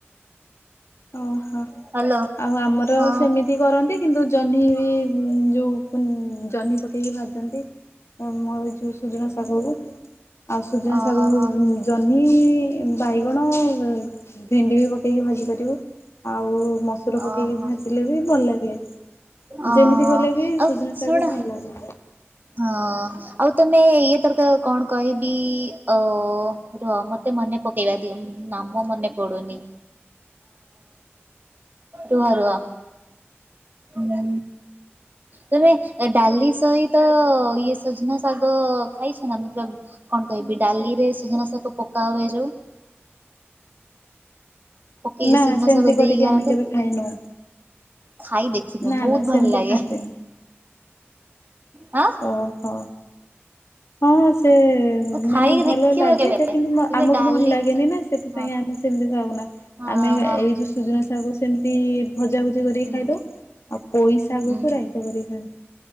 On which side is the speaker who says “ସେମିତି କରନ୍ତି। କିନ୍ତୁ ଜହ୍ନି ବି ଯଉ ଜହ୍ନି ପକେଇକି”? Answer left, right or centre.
Left